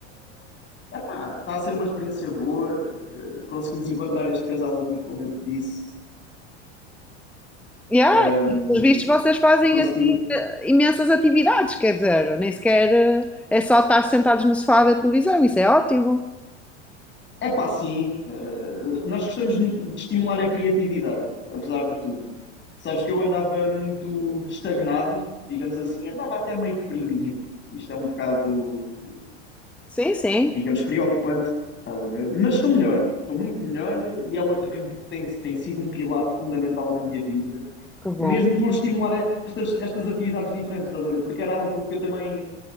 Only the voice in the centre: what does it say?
Yeah.
e, Pelos vistos, vocês fazem
assim eh, imensas atividades, quer dizer, nem sequer eh, é só estar sentados no sofá a ver televisão, isso é ótimo.
Sim, sim,
que bom.